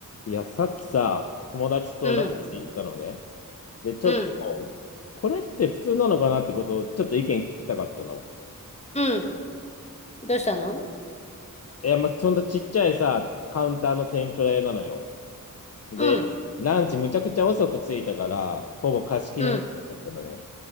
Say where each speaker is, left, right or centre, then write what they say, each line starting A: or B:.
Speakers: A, on the left; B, on the left.
A: いや、さっきさ、友達とランチ行ったのね。
B: うん、
A: で、ちょっと、
B: うん、
A: これって普通なのかなってことを、ちょっと意見聞きたかったの。
B: うん。どうしたの
A: いや、まあ、ほんとちっちゃいさ、カウンターの天ぷら屋なのよ。で、
B: うん、
A: ランチむちゃくちゃ遅く着いたから、ほぼ貸し切りみたいだったのね。
B: うん、